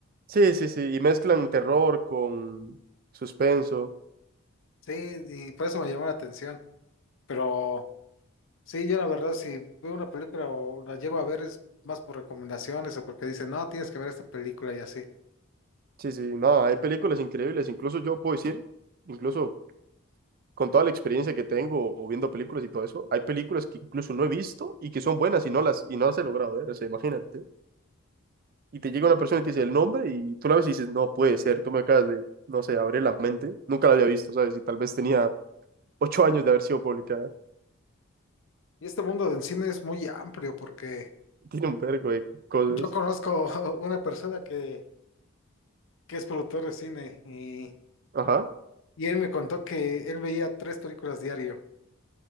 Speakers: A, on the right (about 45°); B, on the left (about 60°).
A: sí, sí, sí. Y mezclan terror con suspenso.
B: Sí, y por eso me llamó la atención. Pero sí, yo la verdad, si veo una película o la llego a ver es más por recomendaciones o porque dicen, no, tienes que ver esta película y así.
A: Sí, sí. No, hay películas increíbles. Incluso yo puedo decir, incluso con toda la experiencia que tengo o viendo películas y todo eso, hay películas que incluso no he visto y que son buenas y no las, y no las he logrado ver. O sea, imagínate. y te llega una persona y te dice el nombre y tú la ves y dices, no puede ser, tú me acabas de, no sé, abrir la mente. Nunca la había visto, ¿sabes? Y tal vez tenía ocho años de haber sido publicada.
B: Y este mundo del cine es muy amplio porque
A: <laughs> Tiene un vergo de cosas.
B: yo conozco <laughs> una persona que, que es productor de cine y,
A: Ajá,
B: y él me contó que él veía tres películas diario.